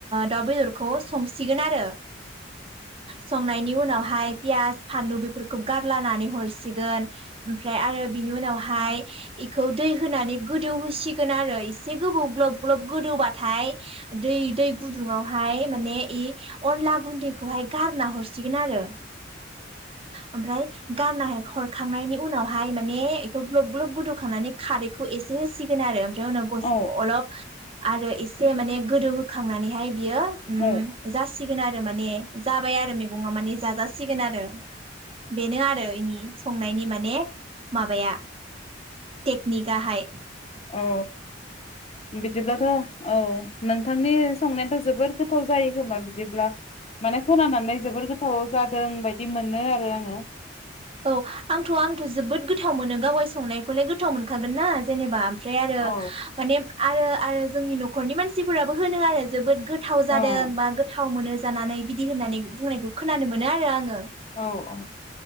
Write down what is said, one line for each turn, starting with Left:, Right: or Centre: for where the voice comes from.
Right: दाउ बेदरखौ संसिगोन आरो संनायनि उनावहाय पियास फानलु बेफोरखौ गारलनानै हरसिगोन ओमफ्राय आरो बिनि उनावहाय इखौ दै होनानै गोदौ होसिगोन आरो एसे गोबौ ग्लब ग्लब गोदौबाथाय दै दै गुदुङाव हाय माने इ अनला गुन्दैखौहाय गारना हरसिगोन आरो ओमफ्राय गारना हरखांनायनि उनावहाय माने बेखौ ग्लब ग्लब गोदौखांनानै खारैखौ एसे होसिगोन आरो ओमफ्राय उनाव
Left: औ
Right: अलप आरो एसे माने गोदौ होखांनानैहाय बियो उम
Left: औ
Right: जासि सिगोन आरो माने जाबाय आरो मैगङा माने जाजासिगोन आरो बेनो आरो इनि संनायनि माने माबाया टेकनिक आहाय
Left: अ बिदिब्लाथ' औ नोंथांनि संनायाथ' जोबोर गोथाव जायो खोमा बिदिब्ला माने खोनानानै जोबोर गोथाव जादों बायदि मोनो आरो आङो
Right: औ आंथ' आंथ' जोबोद गोथाव मोनो गावागाय संनायखौलाय गो थाव मोनखागोन ना जेनेबा ओमफ्राय आरो
Left: औ
Right: माने आरो आरो जोंनि न'खरनि मानसिफोराबो होनो आरो जोबोद गो गोथाव जादों
Left: औ
Right: बा गोथाव मोनो जानानै बिदि होननानै बुंनायखौ खोनानो मोनो आरो आङो ।
Left: औ औ